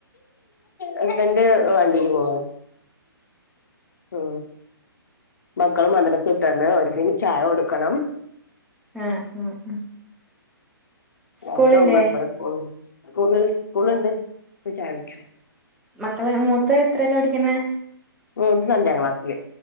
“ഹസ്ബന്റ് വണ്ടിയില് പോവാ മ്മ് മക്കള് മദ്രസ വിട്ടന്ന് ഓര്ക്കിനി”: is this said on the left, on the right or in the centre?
Left